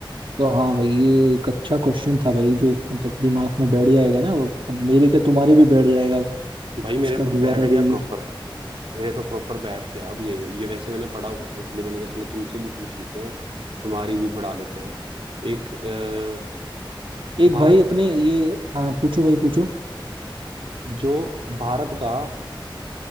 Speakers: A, on the right (about 70°); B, on the right (about 80°).
A: तो हाँ भाई ये एक अच्छा क्वेश्चन था भाई जो मतलब दिमाग में बैठ जाएगा ना वो और मेरे क्या तुम्हारे भी बैठ जाएगा
B: भाई
A: उसका
B: मेरे तो
A: दोबारा
B: बैठ गया
A: रिवीज
B: प्रॉपर मेरे तो प्रॉपर बैठ गया अब ये ये वैसे मैंने पढ़ा हुआ था इसलिए मैंने कहा चलो तुमसे भी पूछ लेते हैं तुम्हारी भी बढ़ा लेते हैं एक अ,
A: एक
B: भारत
A: भाई अपने ये हाँ पूछो भाई पूछो
B: जो भारत का